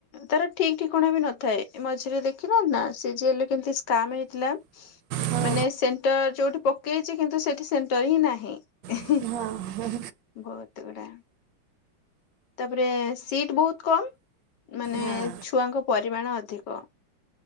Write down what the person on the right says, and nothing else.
ହଁ
ହଁ ହଁ
ହଁ